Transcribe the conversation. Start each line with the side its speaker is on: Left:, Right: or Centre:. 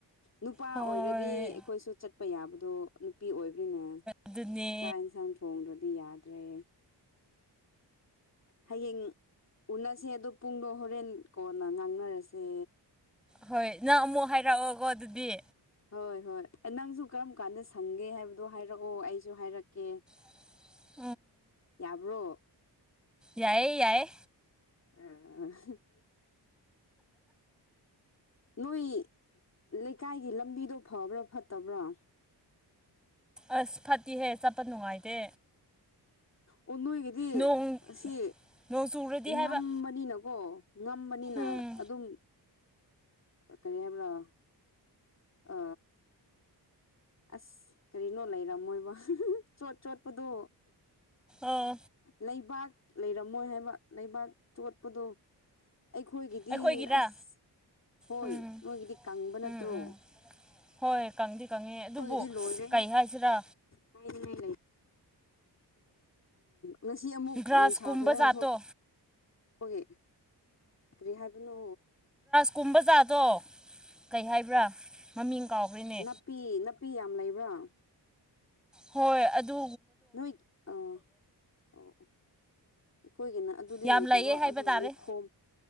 Left: ꯅꯨꯄꯥ
Centre: ꯍꯣꯏ
Left: ꯑꯣꯏꯔꯗꯤ ꯑꯩꯈꯣꯏꯁꯨ ꯆꯠꯄ ꯌꯥꯕꯗꯣ ꯅꯨꯄꯤ ꯑꯣꯏꯕꯔꯤꯅꯦ
Centre: ꯑꯗꯨꯅꯦ
Left: ꯆꯥꯛ ꯌꯦꯟꯁꯥꯡ ꯊꯣꯡꯗ꯭ꯔꯗꯤ ꯌꯥꯗ꯭ꯔꯦ ꯍꯌꯦꯌꯦꯡꯡ ꯎꯅꯁꯦ ꯑꯗꯣ ꯄꯨꯡꯗꯣ ꯍꯣꯔꯦꯟ ꯀꯣꯟꯅ ꯉꯥꯡꯅꯔꯁꯦ
Centre: ꯍꯣꯏ ꯅꯪ ꯑꯃꯨꯛ ꯍꯥꯏꯔꯛꯑꯣꯒꯣ ꯑꯗꯨꯗꯤ
Left: ꯍꯣꯏ ꯍꯣꯏ ꯅꯪꯁꯨ ꯀꯔꯝ ꯀꯥꯟꯗ ꯁꯪꯒꯦ ꯍꯥꯏꯕꯗꯣ ꯍꯥꯏꯔꯛꯑꯣ ꯑꯩꯁꯨ ꯍꯥꯏꯔꯛꯀꯦ
Centre: <inaudible>
Left: ꯌꯥꯕ꯭ꯔꯣ
Centre: ꯌꯥꯏꯌꯦ ꯌꯥꯏꯦ
Left: ꯑ ꯅꯣꯏ ꯂꯩꯀꯥꯏꯒꯤ ꯂꯝꯕꯤꯗꯣ ꯐꯕ꯭ꯔꯥ ꯐꯠꯇꯕ꯭ꯔꯥ
Centre: ꯑꯁ ꯐꯠꯇꯤꯍꯦ ꯆꯠꯄ ꯅꯨꯡꯉꯥꯏꯇꯦ
Left: ꯑꯣ ꯅꯣꯏꯒꯤꯗꯤ
Centre: ꯅꯣꯡ
Left: ꯑꯁꯤ
Centre: ꯅꯣꯡ ꯆꯨꯔꯗꯤ
Left: ꯉꯝꯕꯅꯤꯅꯀꯣ
Centre: ꯍꯥꯏꯕ
Left: ꯉꯝꯕꯅꯤꯅ
Centre: ꯎꯝ
Left: ꯑꯗꯨꯝ ꯀꯔꯤ ꯍꯥꯏꯕ꯭ꯔꯥ ꯑ ꯑꯁ ꯀꯔꯤꯅꯣ ꯂꯩꯔꯝꯃꯣꯏꯕ ꯆꯣꯠ ꯆꯣꯠꯄꯗꯣ
Centre: ꯑꯣ
Left: ꯂꯩꯕꯥꯛ ꯂꯩꯔꯝꯃꯣꯏ ꯍꯥꯏꯕ ꯂꯩꯕꯥꯛ ꯆꯣꯠꯄꯗꯣ ꯑꯩꯈꯣꯏꯒꯤꯗꯤ
Centre: ꯑꯩꯈꯣꯏꯒꯤꯔꯥ
Left: ꯑꯁ ꯍꯣꯏ
Centre: ꯎꯝ
Left: ꯅꯣꯏꯒꯤꯗꯤ ꯀꯪꯕ ꯅꯠꯇ꯭ꯔꯣ
Centre: ꯎꯝ ꯎꯝ ꯍꯣꯏ ꯀꯪꯗꯤ ꯀꯪꯉꯦ ꯑꯗꯨꯕꯨ
Left: ꯑꯩꯈꯣꯏꯒꯤꯗꯤ ꯂꯣꯏꯔꯦ
Centre: ꯀꯩ ꯍꯥꯏꯁꯤꯔꯥ
Left: ꯍꯥꯏꯥꯏꯅꯤꯉꯥꯏ ꯂꯩ ꯉꯁꯤ ꯑꯃꯨꯛ
Centre: ꯒ꯭ꯔꯥꯁ
Left: ꯅꯨꯡꯁꯥ
Centre: ꯀꯨꯝꯕ
Left: ꯐꯖꯅ
Centre: ꯖꯥꯠꯇꯣ
Left: ꯊꯣꯛ ꯑꯩꯈꯣꯏꯒꯤ ꯀꯔꯤ ꯍꯥꯏꯕꯅꯣ
Centre: ꯀꯨꯝ ꯕꯖꯥꯗꯣ ꯀꯩ ꯍꯥꯏꯕ꯭ꯔꯥ ꯃꯃꯤꯡ ꯀꯥꯎꯈ꯭ꯔꯦꯅꯦ
Left: ꯅꯥꯄꯤ ꯅꯥꯄꯤ ꯌꯥꯝ ꯂꯩꯕ꯭ꯔꯥ
Centre: ꯍꯣꯏ ꯑꯗꯨ
Left: ꯅꯣꯏ ꯑ ꯑꯣ ꯑꯩꯈꯣꯏꯒꯤꯅ ꯑꯗꯨꯗꯤ
Centre: ꯌꯥꯝ
Left: ꯂꯩꯇꯕ
Centre: ꯂꯩꯌꯦ ꯍꯥꯏꯕ
Left: ꯑꯗꯨꯕꯨ
Centre: ꯇꯥꯔꯦ
Left: ꯂꯩꯈꯣꯝ